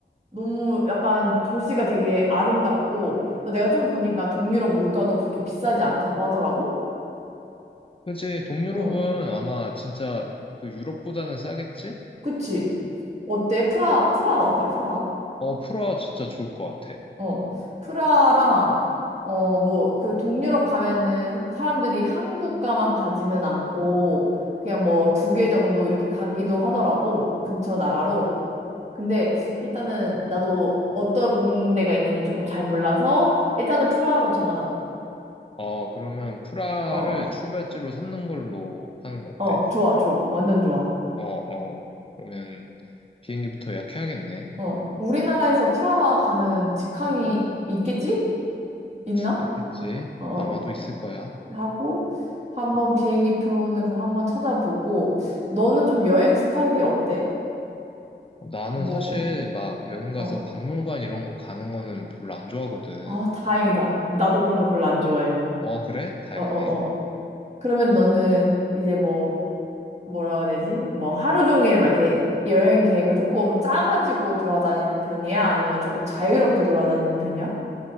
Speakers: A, on the right (about 35°); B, on the left (about 30°).
A: 너무 약간 도시가 되게 아름답고, 또 내가 좀 보니까 동유럽 물가도 그렇게 비싸지 않다고 하더라고?
B: 그치. 동유럽은
A: 응,
B: 아마 진짜 그 유럽보다는 싸겠지?
A: 그치. 어때? 프라 프라하 어때? 프라하?
B: 어, 프라 진짜 좋을 것 같아.
A: 어, 프라랑, 어, 뭐, 그 동유럽 가면은 사람들이 한국가만 가지는 않고, 그냥 뭐 두 개 정도 이렇게 가기도 하더라고, 근처 나라로. 근데 일단은 나도 어떤 데가 있는지 조금 잘 몰라서, 일단은 프라하로 정하자.
B: 어, 그러면 프라를
A: 어,
B: 출발지로 삼는 걸로 하는 거 어때?
A: 어, 좋아, 좋아. 완전 좋아.
B: 어, 어. 그러면 비행기부터 예약해야겠네.
A: 어, 우리나라에서 프라하 가는 직항이 있겠지? 있나?
B: 있겠지?
A: 어, 어.
B: 아마도 있을 거야.
A: 하고 한번
B: 응.
A: 비행기 표는 그럼 한번 찾아보고 너는 좀 여행 스타일이 어때?
B: 나는
A: 뭐,
B: 사실 막 여행 가서
A: 어.
B: 박물관 이런 거 가는 거는 별로 안 좋아하거든.
A: 아, 다행이다. 나도 그런 거 별로 안 좋아해.
B: 어, 그래? 다행이네.
A: 어, 어, 어. 그러면 너는 이제 뭐 뭐라 해야 되지? 그뭐 하루 종일 막 이렇게 여행 계획을 조금 짜가지고 돌아다니는 편이야? 아니면 조금 자유롭게 돌아다니는 편이야?